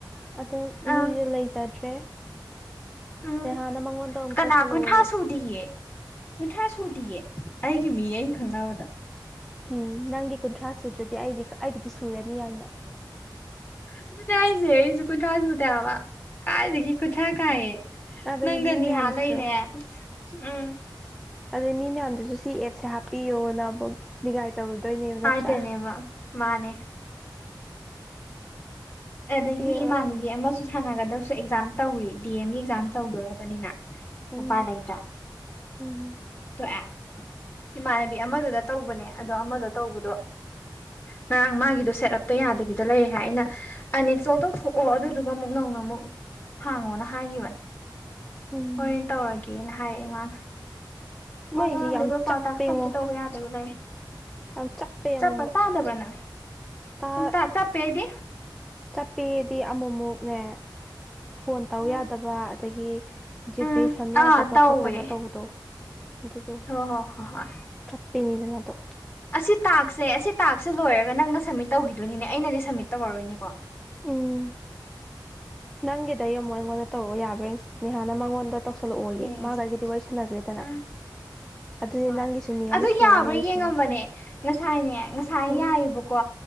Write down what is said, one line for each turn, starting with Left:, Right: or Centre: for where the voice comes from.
Centre: ꯑꯗꯣ
Left: ꯑꯥ
Centre: ꯃꯤꯖꯨ ꯂꯩꯖꯗ꯭ꯔꯦ
Left: ꯎꯝ
Centre: ꯅꯦꯍꯥꯅ ꯃꯉꯣꯟꯗ ꯑꯃꯨꯛ
Left: ꯀꯅꯥ
Centre: ꯇꯧꯁꯜꯂꯛꯑꯣꯌꯦ
Left: ꯀꯨꯟꯊ꯭ꯔꯥ ꯁꯨꯗꯤꯌꯦ ꯀꯨꯟꯊ꯭ꯔꯥ ꯁꯨꯗꯤꯌꯦ ꯑꯩꯒꯤ ꯃꯤ ꯑꯩꯟ ꯈꯪꯅꯕꯗ
Centre: ꯎꯝ ꯅꯪꯒꯤ ꯀꯨꯟꯊ꯭ꯔꯥ ꯁꯨꯗ꯭ꯔꯗꯤ ꯑꯩꯗꯤ ꯑꯩꯒꯤꯗꯤ ꯁꯨꯔꯅꯤ ꯌꯥꯝꯅ
Left: ꯑꯗꯨꯅꯦ ꯍꯥꯏꯖꯦ ꯑꯩꯖꯨ ꯀꯨꯟꯊ꯭ꯔꯥ ꯁꯨꯗꯦ ꯍꯥꯏꯕ ꯀꯥꯏꯗꯒꯤ ꯀꯨꯊ꯭ꯥꯔ ꯀꯥꯏꯌꯦ
Centre: ꯑꯗꯒꯤ
Left: ꯅꯪꯒ
Centre: ꯃꯤ
Left: ꯅꯤꯍꯥ
Centre: ꯃꯌꯥꯝꯗꯨꯁꯨ
Left: ꯂꯩꯔꯦ ꯎꯝ
Centre: ꯑꯗꯩ ꯃꯤ ꯃꯌꯥꯝꯗꯨꯁꯨ ꯁꯤ ꯑꯦꯞꯁꯦ ꯍꯥꯞꯄꯤꯌꯣꯅ ꯑꯃꯨꯛ ꯅꯤꯡꯉꯥꯏ ꯇꯧꯔꯨꯗꯣꯏꯅꯦꯕ ꯅꯠꯇ꯭ꯔꯥ
Left: ꯍꯥꯏꯗꯣꯏꯅꯦꯕ ꯃꯥꯅꯦ ꯑꯗꯒꯤ
Centre: ꯄꯦꯜꯂꯕꯅꯦ
Left: ꯏꯃꯥꯟꯅꯕꯤ ꯑꯃꯁꯨ ꯁꯥꯟꯅꯒꯗꯕꯁꯨ ꯑꯦꯛꯖꯥꯝ ꯇꯧꯔꯤ ꯗꯤ ꯑꯦꯝꯒꯤ ꯑꯦꯛꯖꯥꯝ ꯇꯧꯗꯣꯔꯕꯅꯤꯅ
Centre: ꯎꯝ
Left: ꯎꯄꯥꯏ ꯂꯩꯇ꯭ꯔꯥ
Centre: ꯎꯝ
Left: <unintelligible> ꯏꯃꯥꯟꯅꯕꯤ ꯑꯃꯗꯨꯗ ꯇꯧꯕꯅꯦ ꯑꯗꯣ ꯑꯃꯗ ꯇꯧꯕꯗꯣ ꯉꯔꯥꯡ ꯃꯥꯒꯤꯗꯣ ꯁꯦꯠ ꯑꯞꯇ ꯌꯥꯗꯕꯤꯗ ꯂꯩꯔꯦ ꯍꯥꯏ ꯑꯩꯅ ꯑꯟꯏꯟꯁꯇꯣꯜ ꯇꯧꯊꯣꯛꯑꯣ ꯑꯗꯨꯗꯨꯒ ꯑꯃꯨꯛ ꯅꯧꯅ ꯑꯃꯨꯛ ꯍꯥꯡꯉꯣꯅ ꯍꯥꯏꯒꯤꯕꯅꯦ
Centre: ꯎꯝ
Left: ꯍꯣꯔꯦꯟ ꯇꯧꯔꯒꯦꯅ ꯍꯥꯏꯔꯛꯑꯦ ꯃꯥꯅ ꯃꯥ
Centre: ꯃꯣꯏꯁꯤ
Left: ꯉꯔꯥꯡꯗꯩ
Centre: ꯌꯥꯝ
Left: ꯄ꯭ꯔꯣꯐꯥꯏꯜ
Centre: ꯆꯞꯄꯦꯉꯣ
Left: ꯇꯥꯛꯁꯀꯥ ꯑꯝꯇ ꯇꯧꯕ ꯌꯥꯗꯕꯤ ꯂꯩꯔꯤ
Centre: ꯌꯥꯝ ꯆꯞꯄꯦ
Left: ꯆꯞꯄ
Centre: ꯑꯃꯨꯛꯃꯨꯛ
Left: ꯇꯥꯗꯕꯔ ꯅꯪ
Centre: ꯇꯥ
Left: ꯅꯪ ꯇꯥꯏ ꯆꯞꯄꯦꯗꯤ
Centre: ꯆꯞꯄꯦꯗꯤ ꯑꯃꯨꯛꯃꯨꯛꯅꯦ ꯐꯣꯟ ꯇꯧ
Left: ꯎꯝ
Centre: ꯌꯥꯗꯕ ꯑꯗꯒꯤ ꯖꯤꯄꯦ
Left: ꯎꯝ
Centre: ꯁꯝ ꯌꯥꯗꯕ
Left: ꯑꯥ ꯇꯧꯋꯦ
Centre: ꯈꯣꯠꯇꯕ ꯇꯧꯕꯗꯣ ꯑꯗꯨꯗꯣ
Left: ꯍꯣ ꯍꯣ ꯍꯣ ꯍꯣꯏ
Centre: ꯆꯞꯄꯤꯅꯤꯗꯅꯥ ꯑꯗꯣ
Left: ꯑꯁꯤ ꯇꯥꯛꯁꯦ ꯑꯁꯤ ꯇꯥꯛꯁꯦ ꯂꯣꯏꯔꯒ ꯅꯪꯅ ꯁꯝꯃꯤꯠ ꯇꯧꯒꯤꯗꯣꯏꯅꯤꯅꯦ ꯑꯩꯅꯗꯤ ꯁꯝꯃꯤꯠ ꯇꯧꯔꯔꯣꯏꯅꯦꯀꯣ
Centre: ꯎꯝ ꯅꯪꯒꯤꯗꯩ ꯑꯃꯨꯛ ꯑꯩꯉꯣꯟꯗ ꯇꯧꯔꯛꯑꯣ ꯌꯥꯕ꯭ꯔꯥ ꯌꯦꯡꯁꯤ ꯅꯦꯍꯥꯅ ꯃꯉꯣꯟꯗ ꯇꯧꯁꯜꯂꯛꯑꯣꯌꯦ
Left: ꯌꯦꯡꯖꯦ
Centre: ꯃꯥꯒ ꯑꯩꯒꯗꯤ ꯋꯥꯔꯤ ꯁꯥꯟꯅꯒ꯭ꯔꯦꯗꯅ
Left: ꯎꯝ
Centre: ꯑꯗꯨꯗꯤ
Left: ꯍꯣꯏ
Centre: ꯅꯪꯒꯤꯁꯨ ꯃꯤ
Left: ꯑꯗꯨ
Centre: ꯑꯃ ꯁꯨꯔꯅꯤ
Left: ꯌꯥꯕ꯭ꯔꯥ
Centre: ꯑꯩꯒꯤꯁꯨ
Left: ꯌꯦꯡꯉꯝꯕꯅꯦ
Centre: ꯃꯤ ꯑꯃ ꯁꯨꯔꯅꯤ
Left: ꯉꯁꯥꯏꯅꯦ ꯉꯁꯥꯏ
Centre: ꯎꯝ
Left: ꯌꯥꯏꯌꯦꯕꯀꯣ